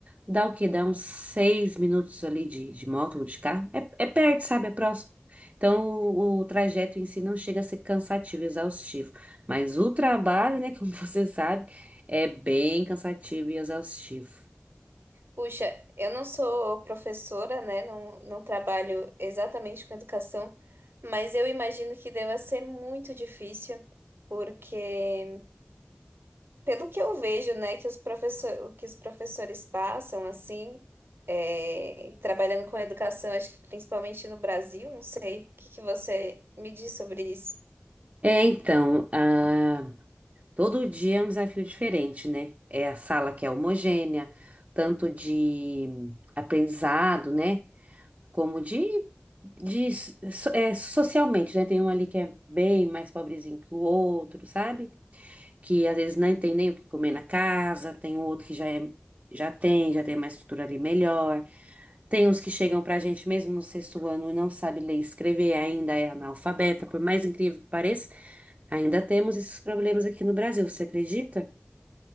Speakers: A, on the right (about 35°); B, on the right (about 65°).
A: Dá o quê? Dá uns seis minutos ali de, de moto ou de carro. É, é perto, sabe? É próximo. Então, o, o trajeto em si não chega a ser cansativo, exaustivo. Mas o trabalho, né, <laughs> como você sabe, é bem cansativo e exaustivo.
B: Puxa, eu não sou professora, né? Não, não trabalho exatamente com educação, mas eu imagino que deva ser muito difícil, porque pelo que eu vejo, né, que os professor, que os professores passam, assim, é, trabalhando com educação, acho que principalmente no Brasil, não sei, o que que você me diz sobre isso?
A: É, então, ah, Todo dia é um desafio diferente, né? É a sala que é homogênea, tanto de aprendizado, né? Como de, de so- é, socialmente, né? Tem um ali que é bem mais pobrezinho que o outro, sabe? Que às vezes não tem nem o que comer na casa, tem um outro que já é, já tem, já tem uma estrutura ali melhor. Tem uns que chegam pra gente mesmo no sexto ano e não sabe ler e escrever, ainda é analfabeta, por mais incrível que pareça, ainda temos esses problemas aqui no Brasil, você acredita?